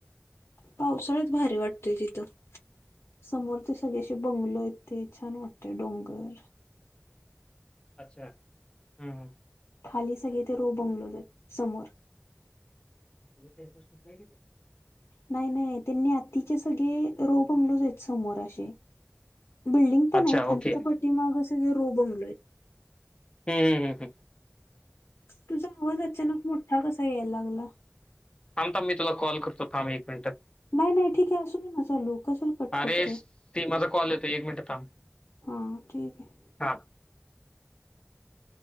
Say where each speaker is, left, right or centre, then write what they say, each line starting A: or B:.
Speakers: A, on the left; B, on the left.
A: पावसाळ्यात भारी वाटतोय तिथं समोर ते सगळेशी बंगलो येते छान वाटते डोंगर
B: अच्छा हम्म हम
A: खाली सगळे ते रो बंगलोज आहेत समोर
B: ली <unintelligible>
A: नाही नाही त्येंनी आतिचे सगळे रो बमलोज आहेत समोर असे बिल्डिंग पण
B: अच्छा
A: आहेत आणि
B: ओके
A: त्याच्या
B: हम्म,
A: पाठीमाग सगळे रो बगलो आहेत
B: हम्म हम हम् हम्
A: तुझा आवाज अचानक मोठा कसा यायला लागला
B: थांब थांब मी तुला कॉल करतो थाम एक मिनटं.
A: नाही नाही ठीक आहे असूदे ना चालू कशाला कट
B: अरे,
A: करतोय.
B: स- ती माझा कॉल येतोय मिनिट थांब.
A: हा ठीक आहे.
B: हां. <inaudible>